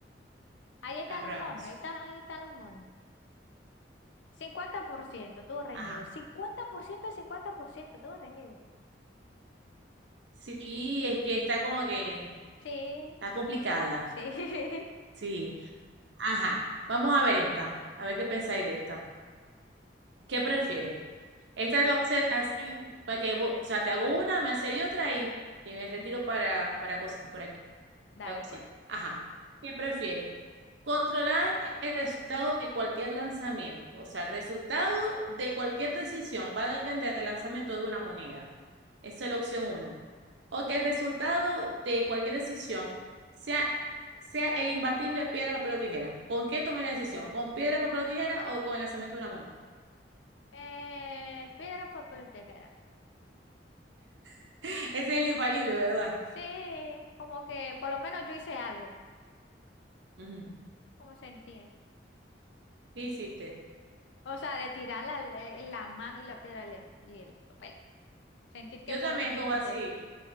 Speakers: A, on the left; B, on the right.
A: Ahí están
B: A
A: los
B: programación.
A: monos, ahí están, ahí están los monos. 50%, todo reñido.
B: Ajá.
A: Cincuenta cincuenta por ciento, cincuenta por ciento, todo reñido.
B: Sí, es que está como que
A: Sí,
B: Está complicada,
A: sí. <laughs>
B: sí. Ajá, vamos a ver esta, a ver qué pensáis de esta. ¿Qué prefieres? Esta lo voy a hacer así, para que vos, o sea, te hago una, me hacéis otra y, y me retiro para, para cosas por aquí.
A: Dale,
B: La cocina.
A: pues.
B: Ajá. ¿Qué prefieres? Controlar el resultado de cualquier lanzamiento. O sea, el resultado de cualquier decisión va a depender del lanzamiento de una moneda. Esa es la opción uno. O que el resultado de cualquier decisión sea, sea el imbatible piedra, papel o tijera. ¿Con qué tomé la decisión? ¿Con piedra, papel o tijera o con el lanzamiento de una moneda?
A: Eh, piedra, papel y tijera.
B: <laughs> Ese es el infalible, ¿verdad?
A: Sí, como que por lo menos yo hice algo,
B: Ujú.
A: como sentir.
B: ¿Qué hiciste?
A: O sea, de tirar la, eh, la mano y la piedra y el, y el papel. Sentir que
B: Yo
A: por
B: también
A: lo menos
B: escojo
A: intenté.
B: así.